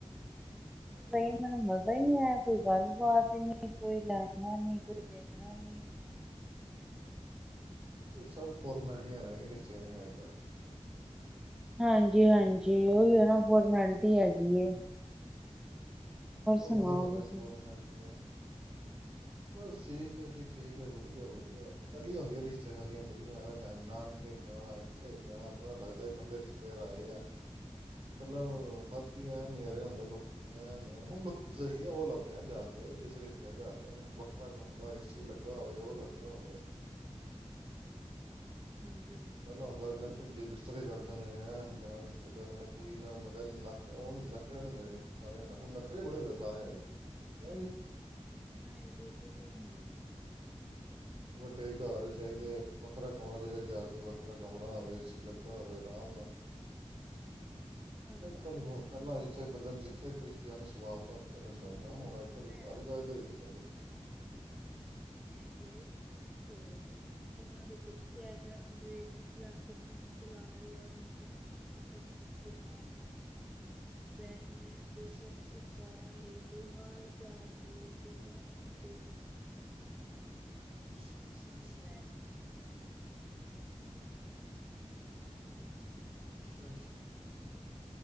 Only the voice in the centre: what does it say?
ਨਹੀ ਮੈਨੂੰ ਮਜ਼ਾ ਹੀ ਨਹੀਂ ਆਇਆ ਕੋਈ ਗੱਲਬਾਤ ਨੀ ਕੋਈ ਲੈਣਾ ਨੀ ਕੋਈ ਦੇਣਾ ਨਹੀਂ। ਐਵੇਂ ਹੀ।
ਹਾਂਜੀ, ਹਾਂਜੀ ਉਹੀ ਹੈ ਨਾ ਫੋਰਮੈਲਿਟੀ ਹੈਗੀ ਏ।
ਸੁਣਾਓ
ਤੁਸੀਂ?
ਹਾਂਜੀ
ਤੇ
ਹਾਂਜੀ ਹਾਂਜੀ।
<unintelligible> ਹੈ ਹੀ
ਹਾਂਜੀ
ਹੁਣ
ਪਤਾ
ਮੈਂ
ਮੈਂ ਗਈ ਤੇ ਉਹਨਾਂ ਦੇ ਬੱਚੇ ਹੈਗਾ ਅੰਦਰ ਏ ਸੀ ਚਲਾ ਕੇ ਫੋਨ ਚਲਾ ਰਹੇ ਆ ਉਹਨੂੰ ਸਾਡੇ ਰਿਸ਼ਤੇਦਾਰ ਆ ਬੈਣ
ਸਤਿ
ਸ਼੍ਰੀ ਅਕਾਲ ਕੋਈ ਮਾਰ ਚੇ ਕੋਈ ਰਹਿਣਾ ਨੀ ਕੋਈ ਰਣਾ ਨੀ
ਬੈਠ ਕੇ ਮੈਂ ਆ ਗਈ <unintelligible>